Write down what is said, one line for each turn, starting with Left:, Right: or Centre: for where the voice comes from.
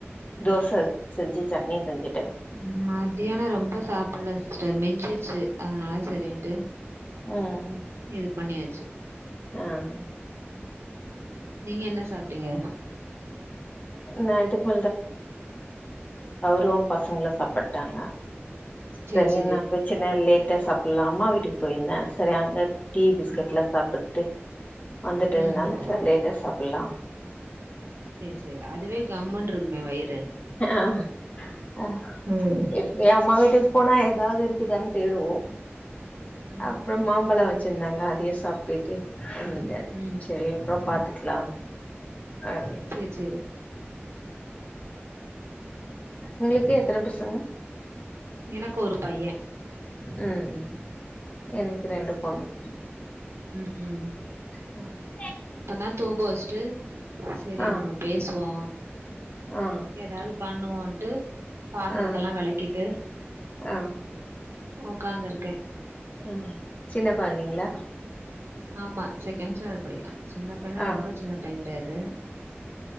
Left: தோச செஞ்சு சட்னி செஞ்சுட்டே
Right: ம் மதியானம் ரொம்ப சாப்ல சிஸ்டர் மெஞ்சிர் சு அதனால செரின்ட்டு
Left: ஆஹ்
Right: இது பண்ணியாச்சு
Left: ஆஹ்
Right: நீங்க என்ன சாப்டீங்க
Left: நா இதுக்கு டோ பசங்களா சாப்பாடாங்க
Right: சேரி
Left: செரின்னு
Right: சேரி
Left: பிரச்சன இல்ல ட்ட சாப்பில அம்மா வீட்டுக்கு போய்ருந்தே செரி அங்க டீ பிஸ்கெட்லா
Right: ம்
Left: சாப்பிட்டு வந்துட்டுதுனால
Right: ம்
Left: செரி லேட்டா சாப்பிலா
Right: சேரி சேரி அதுவே கம்முனு இருக்குமே வயிறு
Left: ஆ
Right: ம்
Left: எப்வே அம்மா வீட் போனா ஏதாவது இருக்குதானு தேடுவோ
Right: ம்
Left: அப்றோ மாம்பழம் வச்சிருந்தாங்க அதையு சாப் ட்டு வந்துட்டே
Right: ம்
Left: சேரி அப்றோ பாத்துக்கலா அப்
Right: சேரி சேரி
Left: உங்களுக்கு எத்தன பசங்க
Right: எனக்கு ஒரு பைய
Left: ம் ம் எனக்கு ரெண்டு பொண்ணு
Right: ம் ம்
Left: கோவிட்
Right: இப்பனா தூக்க வச்சுட்டு சரி
Left: ஆ
Right: நம்ம பேசுவோ
Left: ஆ
Right: ஏதாவது பண்ணுவோன்ட்டு பாத்திரத்தல்லா
Left: ஆ
Right: வெளக்கிட்டு
Left: ஆ
Right: உக்கார்ந்துருக்கே
Left: ஹ சின்ன கொழந்திங்ளா
Right: ஆமா செகண்ட் சேண்டட் படிக்கா சின்ன பையன
Left: ஆ
Right: ரொம்ப சின்ன பையன் கெடையாது